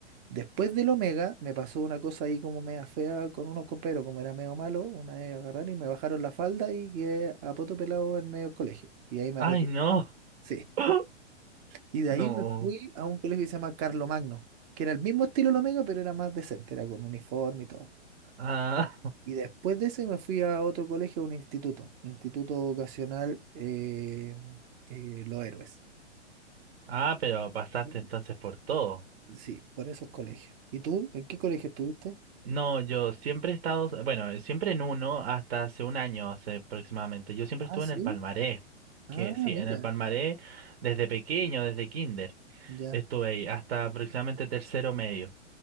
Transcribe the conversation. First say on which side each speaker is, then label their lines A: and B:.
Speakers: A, on the right (about 20°); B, on the right (about 60°).
A: Después del Omega me pasó una cosa ahí como media fea con unos coperos, como era medio malo, una vez agarraron y me bajaron la falda y quedé a poto pelado en medio del colegio. Y ahí me
B: Ay,
A: retiré.
B: no.
A: Sí.
B: <gasps>
A: Y de
B: No.
A: ahí me fui a un colegio que se llama Carlo Magno, que era el mismo estilo del Omega, pero era más decente, era con uniforme y todo.
B: Ah,
A: Y después de ese me fui a otro colegio, a un instituto, Instituto Vocacional eh, eh, Los Héroes.
B: <laughs> ah, pero pasaste
A: ¿Mm?
B: entonces por todo.
A: Sí, por esos colegios. ¿Y tú? ¿En qué colegio estuviste?
B: No, yo siempre he estado, bueno, siempre en uno hasta hace un año, hace aproximadamente. Yo siempre
A: Ah,
B: estuve
A: sí.
B: en el Palmaré,
A: Ah,
B: que sí,
A: mira,
B: en el Palmaré desde pequeño, desde kinder.
A: ya,
B: Estuve ahí hasta aproximadamente tercero medio.